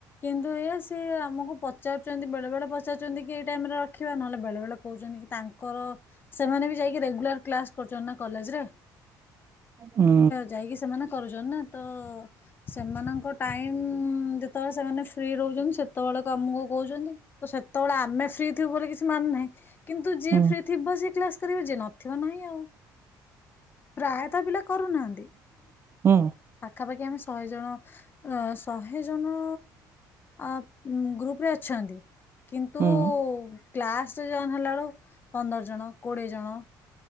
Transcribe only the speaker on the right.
ହୁଁ
ହୁଁ
ହୁଁ-ଉ।
ହୁଁ।